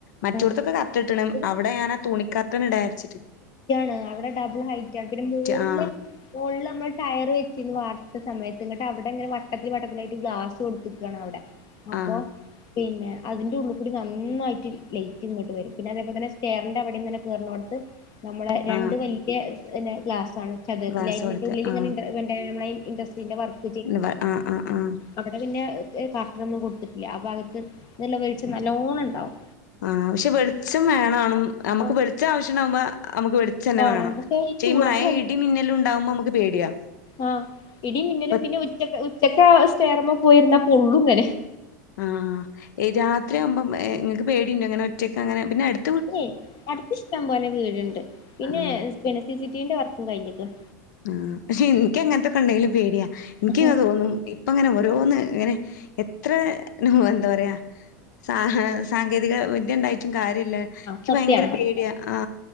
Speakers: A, on the left; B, on the left.
A: മറ്റോടത്തൊക്ക
B: ആഹ്
A: ക്കർട്ടൻ ട്ട്ണ്
B: ഇത്
A: അവടെ ഞാനാ തുണിക്കർട്ടൻ ഇടാരിച്ചിട്ട്
B: ണ് അവടെ ഡബിൾ ഹൈറ്റാ പിന്നെ മോളില്
A: ആ
B: മോളില് അമ്മൾ ടയറ് വിരിച്ചീന്ന് വാർത്ത സമയത്ത് ഇങ്ങട്ട് അവ്ടെങ്ങനെ വട്ടത്തില് വട്ടത്തിലായിട്ട് ഗ്ലാസ് കൊട്ത്ത്ക്കാണ് അവടെ അപ്പൊ
A: ആ
B: പിന്നെ അതിന്റെ ഉള്ള്ക്കൂടി നന്നായിട്ട് ലൈറ്റ് ഇങ്ങട്ട് വരും. പിന്നെ അതേപോലത്തന്നെ സ്റ്റേറിന്റെ അവിടെങ്ങനെ കേറുന്നോടത്ത് നമ്മളെ രണ്ട്
A: ആ
B: വല്ല്യേ പിന്നെ ഗ്ലാസ്സണ്. ചതുരത്തിലായി
A: ഗ്ലാസ്
B: അതിന്റെള്ളിൽ
A: കൊടുത്ത് ആ
B: ഇങ്ങനേണ്ടായി ഇൻഡസ്ട്രീന്റെ വർക്ക്
A: എന്ത പറ, ആ, ആ, ആ.
B: അവടെ പിന്നെ കർട്ട നൊന്നും കൊട്ത്തിട്ടില്ല. ആ ഭാഗത്ത് നല്ല വെളിച്ചം നല്ലോണം ണ്ടാവും.
A: ആ, പക്ഷേ വെളിച്ചം വേണാണും നമ്മക്ക്
B: ആ
A: വെളിച്ച ആവശ്യണ്ടാവുമ്പ നമക് വെ ച്ചന്നെ
B: കാണാം
A: വേണം.
B: പക്ഷെ
A: ച്ചേ
B: ചൂടത്ത്
A: ഈ മഴഇടി മിന്നലുണ്ടാവുമ്പോ മ്മക്ക് പേടിയാ
B: ആ,. ഇടിംമിന്നലും,
A: ഇപ്പ
B: പിന്നെ ഉറ്റക്ക് ഉച്ചക്കാ സ്റ്റേയറുമ്മേയ് പോയിര്ന്ന പൊള്ളുംങ്ങനെ
A: ആ, ആ, എ രാത്രിയാവുമ്പ എ ങ്ങക്ക് പേടിണ്ടോ ങ്ങനെ ഒറ്റക്ക് അങ്ങനെ പിന്നെ എട്
B: ഏയ്, ‌ അടുത്തിഷ്ടം പോലെ വീടുണ്ട്. പിന്നെ
A: ആഹ്
B: പിന്നെ സിസി ടിവിന്റെ വർക്കും കഴിഞ്ഞക്കണ്.
A: ആ, പക്ഷേ ഇനിയ്ക്കങ്ങനത്തൊക്കെ ണ്ടെങ്കിലും പേടിയാ ഇനിയ്ക്കങ്ങ്
B: ആഹ്
A: തോന്നും. ഇപ്പ ങ്ങനെ ഓരോന്ന് ഇങ്ങനെ എത്ര ന, എന്ത പറയാ സാ, ഹ്‌ സാങ്കേതിക വിദ്യണ്ടായിറ്റും കാര്യല്ലേ. ഇയ്ക്ക്
B: സത്യാണ്
A: ഭയങ്കര പേടിയാ ആ